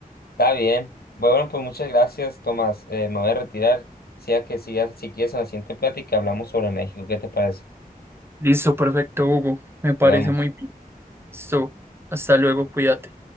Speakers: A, on the left (about 85°); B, on the right (about 15°).
A: está bien. Bueno, pues muchas gracias, Tomás. Eh, me voy a retirar. Sea que sigas, si quieres en la siguiente plática hablamos sobre México. ¿Qué te parece?
B: Listo, perfecto, Hugo. Me parece
A: Nos vemos.
B: muy bien. Listo. Hasta luego, cuídate.